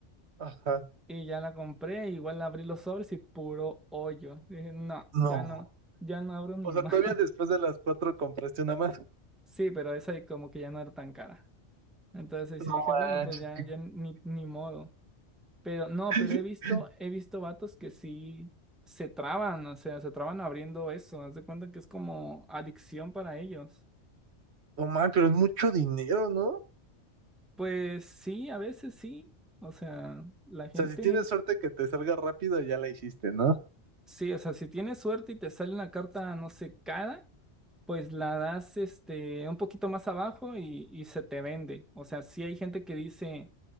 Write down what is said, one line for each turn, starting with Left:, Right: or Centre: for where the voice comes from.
Right: Ajá.
Centre: Y ya la compré, igual abrí los sobres y puro hoyo. Dije, no,
Right: No.
Centre: ya no, ya no abro ni
Right: O sea,
Centre: más.
Right: todavía
Centre: <laughs>
Right: después de las cuatro compraste una más.
Centre: Sí, pero esa como que ya no era tan cara. Entonces ahí sí
Right: No
Centre: dije,
Right: manches,
Centre: bueno, pues ya,
Right: que-
Centre: ya ni, ni modo. Pero no,
Right: <laughs>
Centre: pero he visto, he visto vatos que sí se traban, o sea, se traban abriendo eso. Haz de cuenta que es como adicción para ellos.
Right: no manches, pero es mucho dinero, ¿no? O
Centre: Pues sí, a veces sí. O sea, la gente,
Right: sea, si tienes suerte que te salga rápido, ya la hiciste, ¿no?
Centre: sí, o sea, si tienes suerte y te sale una carta, no sé, cara, pues la das este un poquito más abajo y, y se te vende. O sea, sí hay gente que dice,